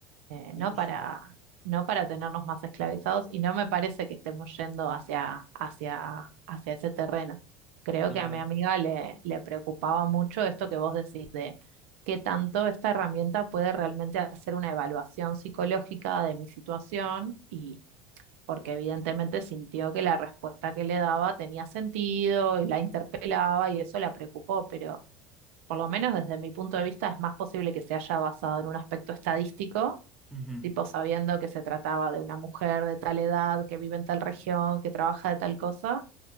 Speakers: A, on the right; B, in the centre.
A: eh,
B: justo,
A: no para, no para tenernos más esclavizados y no me parece que estemos yendo hacia, hacia, hacia ese terreno. Creo
B: claro,
A: que a mi amiga le, le preocupaba mucho esto que vos decís de qué tanto esta herramienta puede realmente hacer una evaluación psicológica de mi situación y porque evidentemente sintió que la respuesta que le daba tenía sentido y la interpelaba y eso la preocupó, pero por lo menos desde mi punto de vista es más posible que se haya basado en un aspecto estadístico
B: ujú,
A: tipo sabiendo que se trataba de una mujer de tal edad, que vive en tal región, que trabaja de tal cosa,